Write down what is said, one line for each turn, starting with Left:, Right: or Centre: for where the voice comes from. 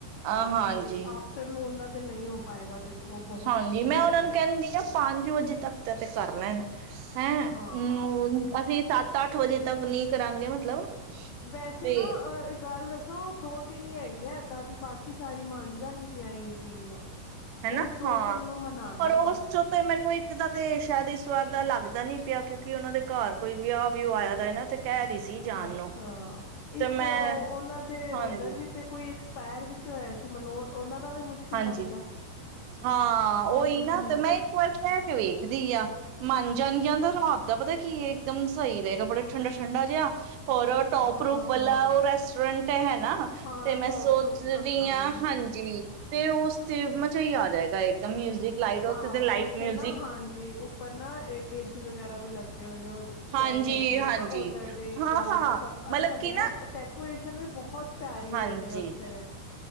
Left: ਬਾਕੀ
Right: ਅ ਹਾਂਜੀ
Left: ਆਫਟਰਨੂਨ ਦਾ ਤੇ ਨਹੀਂ ਹੋ ਪਾਏਗਾ ਦੇਖੋ ਬਹੁਤ
Right: ਹਾਂਜੀ
Left: ਗਰਮੀ
Right: ਮੈਂ ਉਹਨਾਂ
Left: ਹੈ
Right: ਨੂੰ ਕਹਿੰਦੀ ਆ ਪੰਜ ਵਜੇ ਤੱਕ ਦਾ ਤੇ ਕਰ ਲੈਣ। ਹੈਂ
Left: ਹਾਂ
Right: ਹਮ ਅਸੀਂ ਸੱਤ ਅੱਠ ਵਜੇ ਤੱਕ ਨੀ ਕਰਾਂਗੇ ਮਤਲਬ
Left: ਵੈਸੇ
Right: ਤੇ
Left: ਨਾ ਇੱਕ ਗੱਲ ਦੱਸਾਂ, ਉਹ ਦੋ ਤਿੰਨ ਹੀ ਹੈਗੀ ਆ ਇੱਦਾਂ ਦੀ, ਬਾਕੀ ਸਾਰੀ ਮੰਨ ਜਾਣਗੀਆਂ ਈਵਨਿੰਗ ਨੂੰ।
Right: ਹਨਾ?
Left: ਉਹ ਦੋ
Right: ਹਾਂ।
Left: ਤਿੰਨ ਨੂੰ ਮਨਾਣਾ
Right: ਪਰ
Left: ਹੈ
Right: ਉਸ
Left: ਬਸ
Right: ਚ ਤੇ ਮੈਨੂੰ ਇੱਕ ਦਾ ਤੇ ਸ਼ਾਇਦ ਇਸ ਵਾਰ ਦਾ ਲੱਗਦਾ ਨੀ ਪਿਆ ਕਿਉ ਕਿ ਉਹਨਾਂ ਦੇ ਘਰ ਕੋਈ ਵਿਆਹ ਵਿਊ ਆਇਆ ਦਾ ਨਾ ਤੇ ਕਹਿ ਰਹੀ ਸੀ ਜਾਣ
Left: ਅੱਛਾ।
Right: ਨੂੰ ਤੇ
Left: ਇੱਕ
Right: ਮੈਂ
Left: ਉਹ ਉਹਨਾਂ ਦੇ
Right: ਹਾਂਜੀ
Left: ਉੱਧਰ ਵੀ ਤੇ ਕੋਈ ਇੱਕ ਪੈਰ ਵੀ ਤੇ ਹੋਇਆ ਸੀ ਮਨੋਹਰ ਉਹਨਾਂ ਦਾ ਵੀ ਮੁਸ਼ਕਿਲ
Right: ਹਾਂਜੀ।
Left: ਲੱਗਦਾ
Right: ਹਾਂ
Left: ਹਮ
Right: ਉਹੀ ਨਾ ਤੇ ਮੈਂ ਇੱਕ ਵਾਰ ਕਹਿ ਕੇ ਵੇਖਦੀ ਆ। ਮੰਨ ਜਾਣ ਗਈਆਂ ਤਾਂ ਰਾਤ ਦਾ ਪਤਾ ਕੀ ਏ, ਇੱਕਦਮ ਸਹੀ ਰਹੇਗਾ ਬੜਾ ਠੰਡਾ ਠੰਡਾ ਜਿਹਾ। ਹੋਰ ਉਹ ਟੋਪ
Left: ਹਾਂ
Right: ਰੂਫ ਵਾਲਾ ਉਹ ਰੈਸਟੋਰੈਂਟ ਤੇ ਹੈ ਨਾ
Left: ਹਾਂ
Right: ਤੇ ਮੈਂ
Left: ਟੋਪ
Right: ਸੋਚ
Left: ਰੂਫ ਰੱਖਾਂਗੇ
Right: ਰੀਆਂ, ਹਾਂਜੀ। ਤੇ ਉਸ ਤੇ ਮਜ਼ਾ ਈ ਆ ਜਾਏਗਾ ਇੱਕਦਮ ਮਿਊਜ਼ਿਕ ਲਾਈਟ ਉੱਥੇ
Left: ਹਾਂ
Right: ਤੇ ਲਾਈਟ
Left: ਉੱਥੇ
Right: ਮਿਊਜ਼ਿਕ
Left: ਨਾ ਹਾਂਜੀ ਉੱਪਰ ਨਾ ਇਹ ਏ ਸੀ ਵਗੈਰਾ ਵੀ ਲੱ ਦੇ ਹੋਏ ਨੇ, ਉਹ
Right: ਹਾਂਜੀ
Left: ਸ਼ੈਡ ਹੈਗੀ
Right: ਹਾਂਜੀ
Left: ਹੈ ਨਾ ਉੱਧਰ ਦੇ
Right: ਹਾਂ
Left: ਇਨਰ
Right: ਹਾਂ
Left: ਸਭ
Right: ਮਤਲਬ
Left: ਅੱਛਾ
Right: ਕਿ
Left: ਬਹੁਤ
Right: ਨਾ
Left: ਡੈਕੋਰੇਸ਼ਨ ਵੀ ਬਹੁਤ ਪਿਆਰੀ
Right: ਹਾਂਜੀ
Left: ਹੋਈ ਦੀ ਆ ਉੱਥੇ।